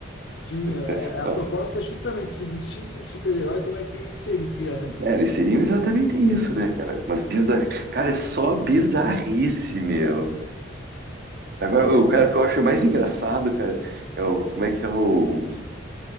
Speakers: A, on the left (about 65°); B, on the right (about 50°).
A: Sim,
B: Eu fica-
A: é, é, a
B: Ah,
A: proposta é justamente se existisse o super-herói, como é que seria, né?
B: É, eles seriam exatamente isso,
A: No mundo.
B: né, cara? Mas bizarro.
A: Ih, aham.
B: Cara, é só bizarrice, meu. Agora, o cara que eu acho mais engraçado, cara, é o. Como é que é o.